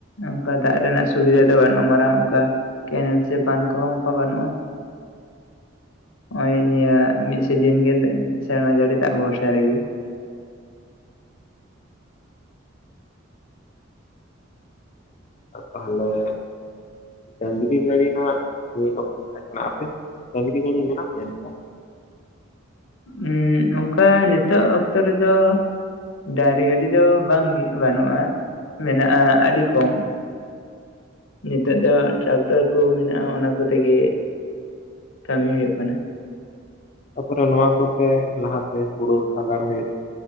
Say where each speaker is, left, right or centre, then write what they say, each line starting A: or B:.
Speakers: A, on the left; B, on the left.
A: ᱚᱱᱠᱟ ᱫᱟᱜ ᱨᱮᱱᱟᱜ ᱥᱩᱵᱤᱫᱷᱟ ᱫᱚ ᱵᱟᱹᱱᱩᱜᱼᱟ ᱢᱟᱨᱟᱝ ᱚᱱᱠᱟ ᱠᱮᱱᱮᱞ ᱥᱮ ᱵᱟᱱ ᱠᱚᱦᱚᱸ ᱚᱱᱠᱟ ᱵᱟᱹᱱᱩᱜᱼᱟ᱾ ᱱᱚᱜᱚᱭ ᱱᱤᱭᱟᱹ ᱢᱤᱫ ᱥᱤᱡᱤᱱ ᱜᱮ ᱥᱮᱨᱢᱟ ᱡᱟᱹᱲᱤ ᱫᱟᱜ ᱵᱷᱚᱨᱥᱟ ᱨᱮᱜᱮ᱾
B: ᱛᱟᱦᱚᱞᱮ, ᱰᱟᱺᱝᱨᱤ ᱜᱟᱹᱰᱤ ᱱᱟᱜ ᱢᱤᱫ ᱚᱠᱛᱚ ᱛᱟᱦᱮ ᱠᱟᱱᱟ, ᱟᱯᱮ ᱥᱮᱫ ᱰᱟᱺᱝᱨᱤ ᱜᱟᱹᱰᱤ ᱢᱮᱱᱟᱜ ᱛᱮ ᱚᱱᱠᱟ?
A: ᱩᱸᱜ ᱚᱱᱠᱟ ᱱᱤᱛᱚᱜ ᱚᱠᱛᱚ ᱨᱮᱫᱚ, ᱰᱟᱺᱝᱨᱤ ᱜᱟᱹᱰᱤ ᱫᱚ ᱵᱟᱝᱜᱮ ᱵᱟᱹᱱᱩᱜᱼᱟ, ᱢᱮᱱᱟᱜᱼᱟ ᱟᱹᱰᱤ ᱠᱚᱢ᱾ ᱱᱤᱛᱚᱜ ᱫᱚ ᱴᱨᱟᱠᱴᱚᱨ ᱠᱚ ᱢᱮᱱᱟᱜᱼᱟ ᱚᱱᱟ ᱠᱚᱛᱮᱜᱮ, ᱠᱟᱹᱢᱤ ᱦᱩᱭᱩᱜ ᱠᱟᱱᱟ᱾
B: ᱛᱟᱯᱚᱨᱮ ᱱᱚᱣᱟ ᱠᱚᱛᱮ ᱞᱟᱦᱟᱛᱮ ᱦᱩᱲᱩ ᱥᱟᱜᱟᱲ ᱦᱩᱭᱩᱜ